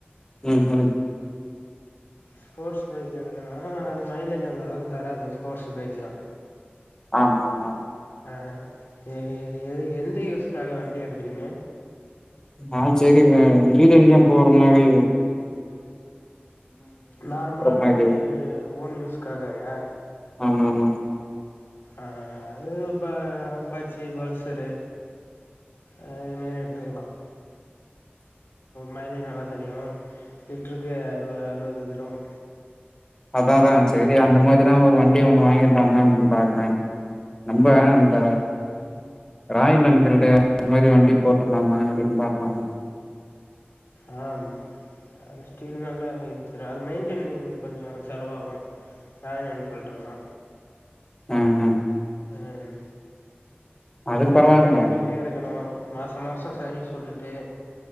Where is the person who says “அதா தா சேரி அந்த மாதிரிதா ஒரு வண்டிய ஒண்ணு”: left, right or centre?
Left